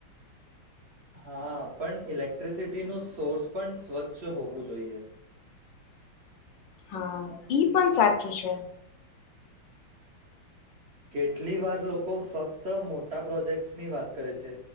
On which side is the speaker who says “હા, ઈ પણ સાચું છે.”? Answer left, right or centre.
Left